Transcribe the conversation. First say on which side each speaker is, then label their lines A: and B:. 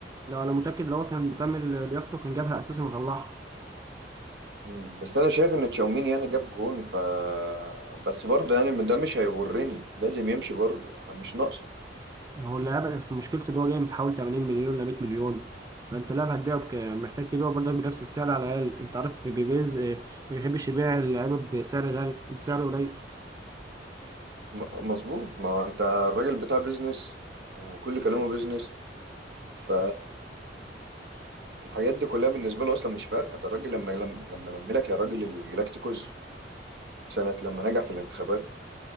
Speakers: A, on the right; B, on the right.
A: لو انا متاكد لو هو كان مكمل لياقته كان جابها اساسا وطلعها
B: مم. بس انا شايف ان تشاوميني يعني جاب جون ف بس برضه يعني ده مش هيغرني لازم يمشي برضه مش ناقصه
A: ما هو اللاعب بس مشكلته ان هو جاي بحوالي 80 مليون ل 100 مليون فانت لاعب هتبيعه بك... محتاج تبيعه برضك بنفس السعر على الاقل انت عارف بيبيز آه، ما بيحبش يبيع اللعيبه بسعر غالي بسعر قليل
B: م- مظبوط ما هو انت الراجل بتاع بيزنس وكل كلامه بيزنس ف الحاجات دي كلها بالنسبه له اصلا مش فارقه ده الراجل لما لما لما لم لك يا راجل الجلاكتيكوس سنة لما نجح في الانتخابات